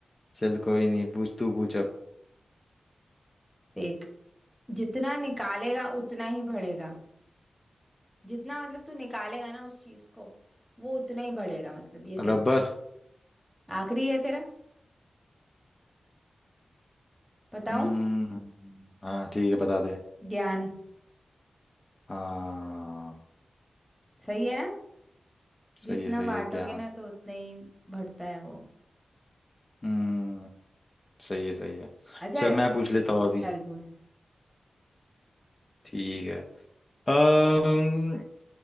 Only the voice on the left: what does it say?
चल कोई नहीं पूछ तू पूछ अब
रबर
हम्म हाँ ठीक है बता दे
हाँ
सही
है सही
है ज्ञान
हम्म सही है सही है
चल मैं पूछ लेता हूँ अभी
ठीक है अम्म